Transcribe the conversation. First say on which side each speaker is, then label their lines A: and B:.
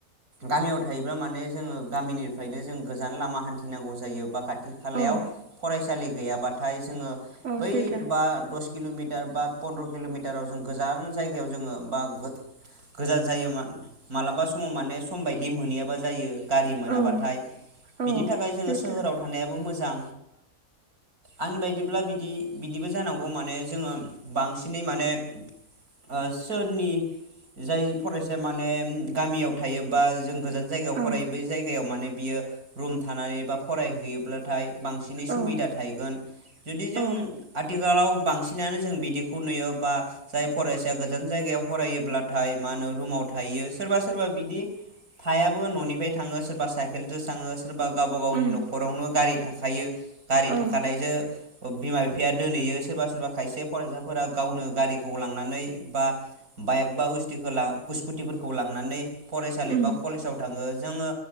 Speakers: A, on the right; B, on the right.
A: गामियाव थायोब्ला माने जोङो गामिनिफ्रायनो जों गोजान लामा हान्थिनांगौ जायो बा खा खाथि खालायाव
B: औ
A: फरायसालि गैयाबाथाय जोङो
B: औ
A: बै
B: सैथो
A: बा द किल'मिटार बा पन्द्र' किल'मिटाराव जों गोजान जायगायाव जोङो बा गोजान जायो मालाबा समाव माने सम बायदि मोनहैयाबा जायो गारि मोनाबाथाय
B: औ औ
A: बिनि थाखाय जोङो
B: सैथो
A: सोहोराव थानाय आंनि बायब्ला आंनि बायदिब्ला बिदि बिदिबो जांगौ बांसिनै माने ओ सोरनि जाय फरायसाया गामियाव थायोबा जे गोजान जायगायाव
B: औ
A: फरायो बै जायगायाव माने बियो रुम थानानै बा फरायहैयोब्लाथाय बांसिनै सुबिदा
B: औ
A: थाहैगोन जुदि जों
B: औ
A: आथिखाल आथिखालाव बांसिनानो जों बिदिखौ नुयो बा जाय फरायसाया गोजान जायगायाव फरायोब्लाथाय मा होनो रुमाव थायो सोरबा सोरबा बिदि थायाबो ननिफ्राय थाङो सोरबा साइकेलजों थाङो सोरबा गावबा गावनि
B: उम
A: न'खरावनो गारि थाखायो गारि
B: औ
A: थाखानायजों बिमा बिफाया दोनहैयो सोरबा सोरबा खायसे फरायसाफोरा गावनो गारिखौ लांनानै बा बाइक बा उस स्कुटिफोरखौ लांनानै फरायसालि
B: उम
A: बा कलेजाव थाङो जोङो